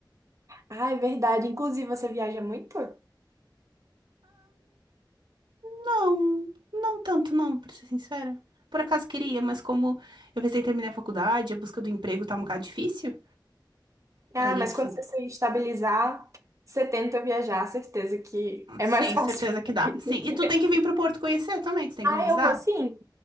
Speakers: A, on the right (about 40°); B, on the right (about 75°).
A: Ah, é verdade. Inclusive, você viaja muito?
B: Não, não tanto, não, pra ser sincera. Por acaso queria, mas como eu recém terminei a faculdade, a busca do emprego tá um bocado difícil.
A: Ah,
B: É isso.
A: mas quando você se estabilizar, você tenta viajar, certeza que é
B: Sim,
A: mais fácil.
B: certeza que dá.
A: <laughs>
B: Sim, e tu tem que vir pro Porto conhecer também, tu tem
A: Ah,
B: que me avisar?
A: eu vou sim.